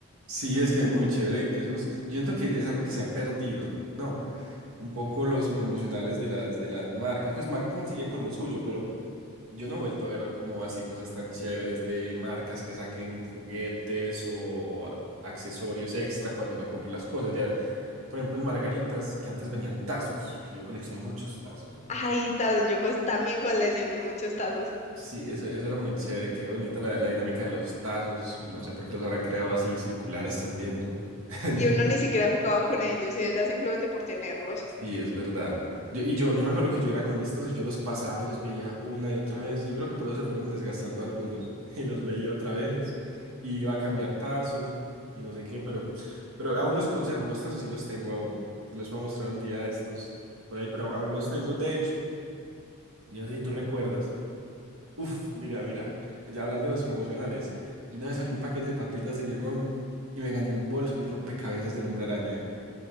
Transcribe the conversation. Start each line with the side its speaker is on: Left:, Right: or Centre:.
Right: Sí, es que muy chévere. Esos, yo siento que es algo que se ha perdido, ¿no? Un poco los promocionales de las, de las marcas. Pues McDonald's sigue con lo suyo, pero yo no he vuelto a ver como así cosas tan chéveres de marcas que saquen juguetes o a- accesorios extra cuando uno compre las cosas. Ya, por ejemplo, en Margaritas, que antes venían tazos, que yo coleccioné muchos tazos, pero
Left: Ay, tazos, yo cos- también coleccioné muchos tazos.
Right: Sí, eso, eso era muy chévere, qué bonita la, la dinámica de los tazos, no sé por qué los habrán creado así circulares también, eso <laughs> es muy
Left: Y uno
Right: curioso.
Left: ni siquiera jugaba con ellos, era simplemente por tenerlos.
Right: Sí, es verdad. Yo, y yo, yo me acuerdo que yo era con mis tazos y yo los pasaba y los veía una y otra vez. Yo creo que por eso se fueron desgastando algunos <laughs> y los veía otra vez. Y iba a cambiar tazos y no sé qué, pero, pero aún los conservo, los tazos sí los tengo aún. Los voy a mostrar un día de estos por ahí, pero aún los tengo, de hecho. Y así tú recuerdas. Uf, mira, mira, eh, ya hablando de los promocionales, yo una vez abrí un paquete de papitas de limón y me gané un bolso y un rompecabezas del Hombre Araña.